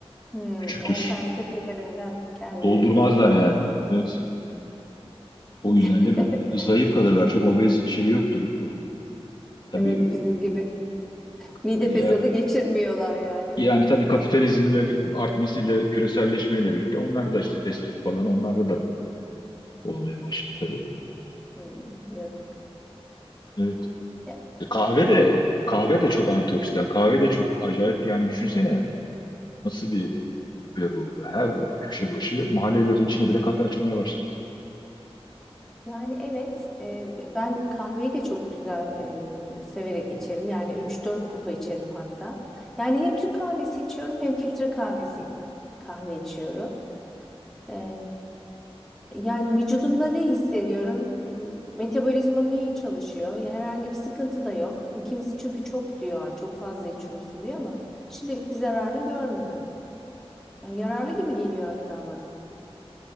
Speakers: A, in the centre; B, on the left.
A: Hmm,
B: Küçüktür.
A: o felsefelerinden kendi
B: Doldurmazlar
A: değil mi?
B: yani. Evet. O
A: <laughs>
B: yüzden de zayıf kalırlar. Çok obez şey yoktur. Yani tabii
A: Evet bizim gibi. Mide
B: e,
A: fesadı
B: ya
A: geçirmiyorlar yani öyle
B: Yani
A: diyeyim.
B: tabii kapitalizmle bir- artmasıyla, küreselleşmeyle birlikte onlar da işte fast food falan onlarda da olmaya başladı tabii.
A: Hmm, yazık.
B: Evet.
A: Ya,
B: E, kahve
A: peki.
B: de kahve de çok antioksidan.
A: Ha,
B: Kahve de çok acayip yani düşünsene nasıl bir yer oldu. Her köşe başı mahallelerin içine bile kafe açılmaya başlandı.
A: Yani evet e, ben kahveyi de çok güzel e, severek içerim. Yani üç dört kupa içerim hatta. Yani hem Türk kahvesi içiyorum hem filtre kahvesi kahve içiyorum. E, Yani vücudumda ne hissediyorum? Metabolizmam iyi çalışıyor. Ya Herhangi bir sıkıntı da yok. Kimisi çünkü çok diyor, çok fazla içiyorsun diyor ama şimdilik bir zararını görmüyorum. Yani yararlı gibi geliyor hatta bana.